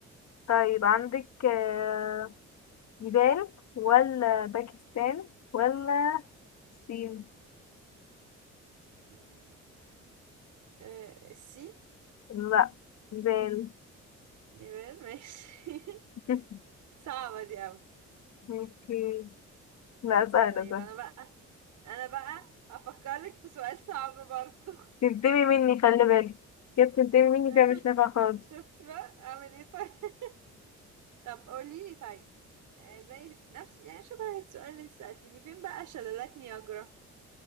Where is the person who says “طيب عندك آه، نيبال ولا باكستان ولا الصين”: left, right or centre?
Left